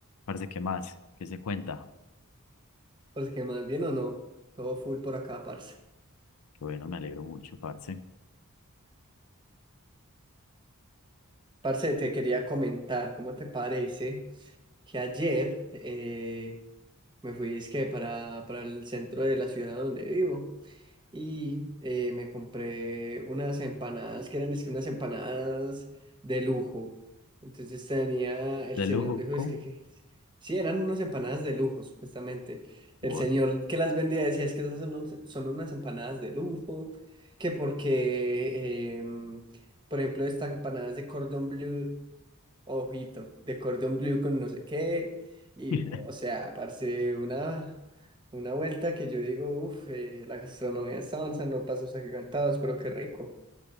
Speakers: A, on the left; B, on the right.
A: Parce, ¿qué más? ¿Qué se cuenta?
B: O sea que más bien o no, todo full por acá, parce.
A: Que bueno, me alegro mucho, parce.
B: Parce, te quería comentar, ¿cómo te parece que ayer eh, me fui dizque, para, para el centro de la ciudad donde vivo? y eh, me compré unas empanadas que eran es que unas empanadas de lujo. Entonces tenía, el
A: De
B: señor
A: lujo
B: dijo,
A: con
B: es que, que- sí, eran unas empanadas de lujo, supuestamente. El
A: what?
B: señor que las vendía decía, es que esas son, unas- son unas empanadas de lujo, que porque, em, por ejemplo, estas empanadas de cordon bleu ojito, de cordón blue con no sé qué, y
A: <laughs>
B: o sea, parce, una, una vuelta que yo digo, uff, la gastronomía de onza, no pasos agigantados, pero qué rico.